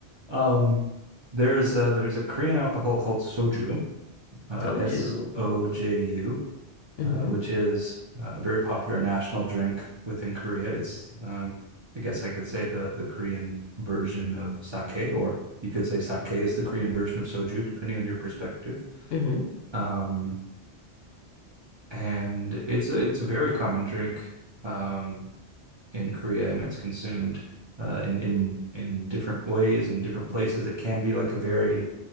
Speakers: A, on the right (about 35°); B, on the left (about 65°).
A: Um, there's a, there's a Korean alcohol called soju, uh,
B: Told
A: S-O-J-U.
B: you. hmm
A: uh, which is uh, a very popular national drink within Korea. It's, um, I guess I could say the the Korean version of sake, or you could say sake is the Korean version of soju, depending on your perspective.
B: hmm
A: Um, and it's a it's a very common drink um, in Korea, and it's consumed uh, in in in different ways and different places. It can be like a very